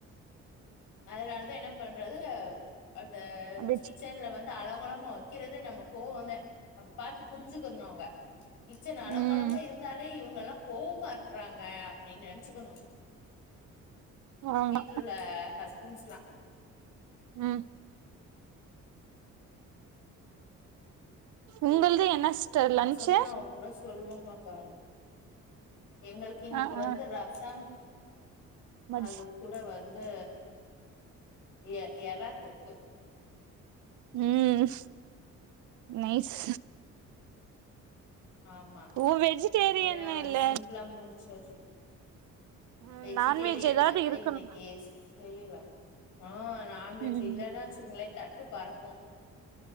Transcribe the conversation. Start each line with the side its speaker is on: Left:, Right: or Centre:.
Left: அதுனாலதா என்ன பண்றது அந்த
Right: அப்டிச்சு
Left: கிச்சன்ல வந்து அலங்கோலம் மா வக்கிறதே நம்ம கோவமே பாத்து புரிஞ்சுக்கர்னு அவுங்க கிட்சன் அலங்கோழமா
Right: ம்
Left: இருந்தாலே இவுங்கல்லா கோவமா இருக்குறாங்க அப்டின்னு நெனச்சுக்கணு
Right: ஆமா
Left: வீட்ல உள்ள ஹஸ் ஸ்பன்ஸ்லா
Right: ம் உங்கள்து என்ன சிஸ்டர்
Left: பசங்களு
Right: லன்ச்சு
Left: அவுங்க கூட சொல்வாங்க பாருங் எங்களுக்கு இன்னக்கி
Right: ஆ
Left: வந்து
Right: ஆ
Left: ரசம்
Right: மட்ஸ்
Left: அது கூட வந்து எ எராத்தொக்கு
Right: ம் நைஸ்
Left: ஆமா
Right: ஓ வெஜிடேரியன்
Left: ஏனா வந்
Right: இல்ல
Left: சிப்லா முடுச்சாச்சு
Right: ம்
Left: வெஜிடேரியன்
Right: நான்வெஜ் எதாவது
Left: வந்து
Right: இருக்கணு
Left: இன்னக்கி செய்யல ஆ நான்வெஜ்
Right: ம்
Left: இல்லன்னா வச்சுங்கங்ளே தட்டு பறக்கு